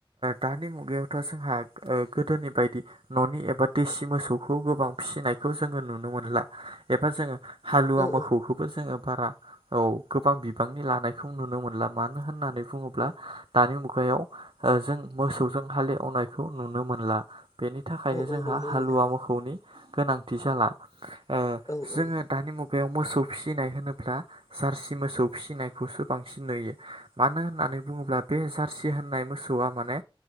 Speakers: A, on the right (about 75°); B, on the left (about 35°).
A: दानि मुगायावथ' जोंहा गोदोनि बायदि न'नि एबा देसि मोसौखौ गोबां फिसिनायखौ जोङो नुनो मोनला। एबा जोङो हालुवा
B: औ
A: मोसौखौबो जोङो बारा औ गोबां बिबांनि लानायखौ नुनो मोन मोनला मानो होननानै बुङोब्ला दानि मुगायाव ओ जों मोसौजों हालेवनायखौ नुनो मोनला। बेनि थाखायनो
B: औ
A: जोंहा
B: औ नंगौ
A: हालुवा
B: नोंथां
A: मोखौनि गोनांथि जाला। ओ
B: औ
A: जोङो
B: औ
A: दानि मुगायाव मोसौ फिसिनाय होनोब्ला जारसि मोसौ फिसिनाय खौबो बांसिन सिनायो मानो होननानै बुङोब्ला बे जार्सि होननाय मोसौआ माने